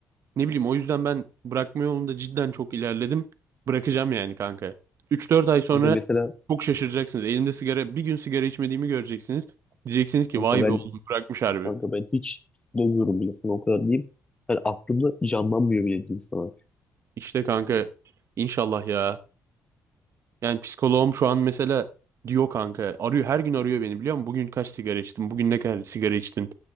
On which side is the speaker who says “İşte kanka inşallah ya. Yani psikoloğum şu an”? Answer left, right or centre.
Right